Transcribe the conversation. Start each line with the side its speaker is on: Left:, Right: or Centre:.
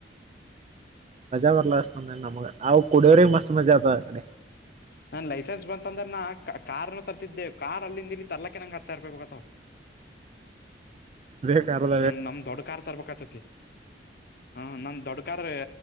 Right: ಮಜಾ ಬರಲ್ಲ ಅಷ್ಟಂದ ನಮ್ಗೆ ಅವು ಕುಡಿಯೋರೆಗೆ ಮಸ್ತ್ ಮಜಾ ಆತದ ಆ ಕಡೆ
Left: ನನ್ನ ಲೈಸೆನ್ಸ್ ಬಂತ ಅಂದ್ರ ನಾ ಕಾರನ ತರತಿದ್ದೆ ಕಾರ್ ಅಲ್ಲಿಂದೀ ತರ್ಲಕ್ಕೆ ನಂಗ ಹತ್ತ ಸಾವಿರ ರಪಾಯಿ ಬೇಕಾಗತಾವ
Right: ಬೇಕ ಆದ್ರೂನು
Left: ನಂದ ನಮ್ಮ ದೊಡ್ಡ ಕಾರ್ ತರ್ಬೇಕತತಿ ಹೂ ನಮ್ಮ ದೊಡ್ಡಕಾರ್